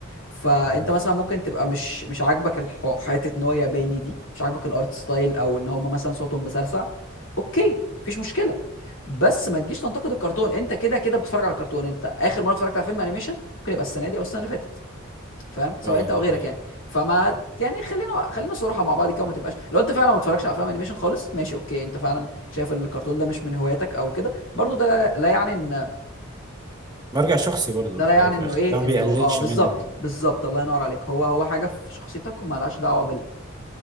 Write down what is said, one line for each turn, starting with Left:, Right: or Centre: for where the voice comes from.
Left: فانت
Right: <laughs>
Left: مثلا ممكن تبقى مش مش عاجبك الح- حته ان هو ياباني دي مش عاجبك الارت ستايل او ان هم مثلا صوتهم مسرسع اوكي مفيش مشكله بس ما تجيش تنتقد الكرتون انت كده كده بتتفرج على كرتون انت اخر مره اتفرجت على فيلم انيميشن ممكن يبقى السنه دي او السنه اللي فاتت فاهم سواء
Right: هي
Left: انت او
Right: ده حقيقي
Left: غيرك يعني فما يعني خلينا خلينا صراحه مع بعض كده وما تبقاش لو انت فعلا ما بتتفرجش على افلام انيميشن خالص ماشي اوكي انت فعلا شايف ان الكرتون ده مش من هواياتك او كده برضو ده لا, لا يعني ان
Right: مرجع شخصي برضه
Left: ده
Right: في
Left: لا
Right: الاول
Left: يعني
Right: وفي
Left: انه
Right: الاخر
Left: ايه
Right: ده ما
Left: انه
Right: بيقللش
Left: اه بالظبط
Right: منها
Left: بالظبط الله ينور عليك هو هو حاجه في شخصيتك ومالهاش دعوه بال